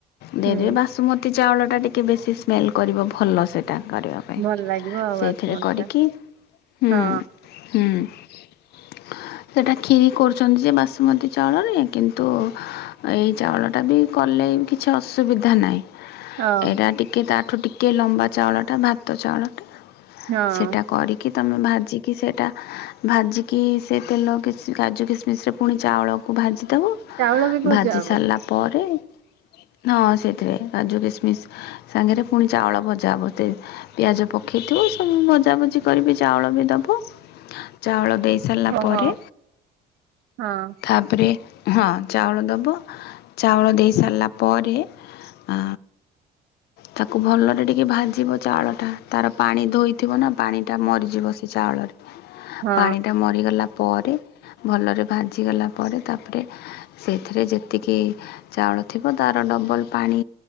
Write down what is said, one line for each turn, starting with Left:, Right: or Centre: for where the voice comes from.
Left: ଦେଇଦେବେ
Right: ହୁଁ
Left: ବାସୁମତି ଚାଉଳଟା ଟିକେ ବେଶୀ ସ୍ମେଲ୍ କରିବ ଭଲ ସେ ଟା କରିବା ପାଇଁ
Right: ଭଲ ଲାଗିବ ଆଉ
Left: ସେଥିରେ
Right: ବାସୁମତୀ
Left: କରିକି
Right: ଟା
Left: ହୁଁ
Right: ହଁ
Left: ହୁଁ। <inaudible> ସେଇଟା କ୍ଷିରି କରୁଛନ୍ତି ଯେ ବାସୁମତୀ ଚାଉଳରେ କିନ୍ତୁ ଏଇ ଚାଉଳଟା ବି କଲେ କିଛି ଅସୁବିଧା ନାହିଁ। ଏଇଟା
Right: ହଁ
Left: ଟିକେ ତାଠୁ ଟିକେ ଲମ୍ବା ଚାଉଳଟା ଭାତ ଚାଉଳଟା।
Right: ହଁ
Left: ସେଟା କରିକି ତମେ ଭାଜିକି ସେଇଟା ଭାଜିକି ସେ ତେଲ କି କାଜୁ କିସମିସରେ ପୁଣି ଚାଉଳକୁ ଭାଜି ଦେବ
Right: ଚାଉଳ ବି ଭଜା
Left: ଭାଜି
Right: ହବ
Left: ସାରିଲା ପରେ ହଁ ସେଇଥିରେ କାଜୁ କିସମିସ୍ ସାଙ୍ଗରେ ପୁଣି ଚାଉଳ ଭଜା ବତେ ପିଆଜ ପକାଇଥିବ ସବୁ ଭଜା ଭଜି ଚାଉଳ ବି ଦବ ଚାଉଳ ଦେଇ ସାରିଲା
Right: ଓହୋ
Left: ପରେ
Right: ହଁ
Left: ତାପରେ ହଁ ଚାଉଳ ଦେବ ଚାଉଳ ଦେଇ ସାରିଲା ପରେ ଆ ତାକୁ ଭଲରେ ଟିକେ ଭାଜିବ ଚାଉଳଟା ତାର ପାଣି ଧୋଇ ଥିବ ନା ପାଣି ଟା ମରିଯିବ ସେ ଚାଉଳରେ
Right: ହଁ
Left: ପାଣି ଟା ମରିଗଲା ପରେ ଭଲରେ ଭାଜିଗଲା ପରେ ତାପରେ ସେଥିରେ ଯେତିକି ଚାଉଳ ଥିବ ତାର ଡବଲ୍ ପାଣି